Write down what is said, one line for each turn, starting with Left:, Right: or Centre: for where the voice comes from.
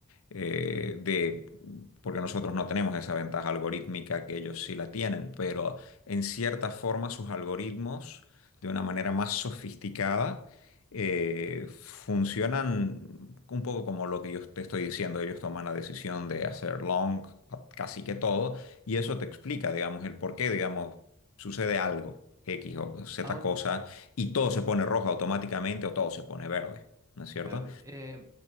Left: eh,
Right: ujú.
Left: de, porque nosotros no tenemos esa ventaja algorítmica que ellos sí la tienen, pero en cierta forma sus algoritmos, de una manera más sofisticada, eh, funcionan un poco como lo que yo te estoy diciendo. Ellos toman la decisión de hacer long a casi que todo y eso te explica, digamos, el por qué, digamos, sucede algo, X o Z
Right: Ahora,
Left: cosa, y todo se pone rojo automáticamente o todo se pone verde, ¿no es cierto?
Right: verde. Eh,